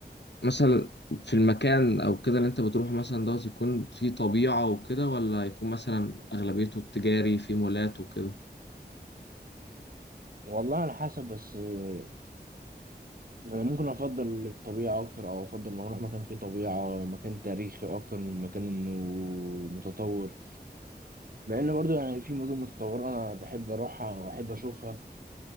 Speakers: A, on the left (about 80°); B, on the right (about 55°).
A: مثلا في المكان او كده اللي انت بتروحه مثلا دوت يكون فيه طبيعة وكده ولا يكون مثلا اغلبيته التجاري فيه مولات وكده
B: والله على حسب بس آه، انا ممكن افضل الطبيعه اكتر او افضل ما اروح مكان فيه طبيعه مكان تاريخي اكتر من مكان انه متطور مع ان برضو يعني في مدن متطوره انا بحب اروحها واحب اشوفها